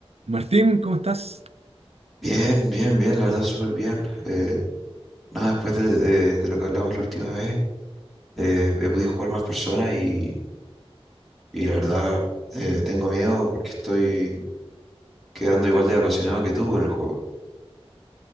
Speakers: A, on the right; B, in the centre.
A: Martín, ¿cómo estás?
B: Bien, bien, bien, la verdad, súper bien. Eh, nada, después de, de- de lo que hablamos la última vez, eh, he podido jugar más personas y, y la verdad eh, tengo miedo porque estoy quedando igual de apasionado que tú con el juego.